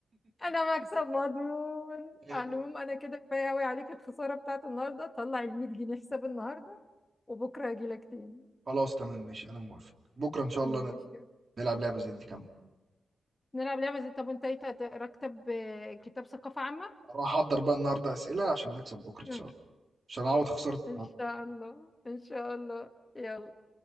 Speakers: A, on the left; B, on the right.
A: انا مكسب مضمون
B: <laughs>
A: على العموم انا كده كفايه قوي عليك الخساره بتاعت النهارده طلع ال 100 جنيه حساب النهارده وبكره اجي لك تاني
B: خلاص تمام ماشي أنا موافق، بكرة إن شاء الله
A: ماشي
B: ن- نلعب لعبة زي دي كمان،
A: نلعب لعبه زي طب انت ايه راكب آه، كتاب ثقافه عامه
B: أروح أحضر بقى النهاردة أسئلة عشان نكسب بكرة إن
A: <laughs>
B: شاء الله، عشان أعوض خسارة النهاردة.
A: إن شاء الله إن شاء الله يلا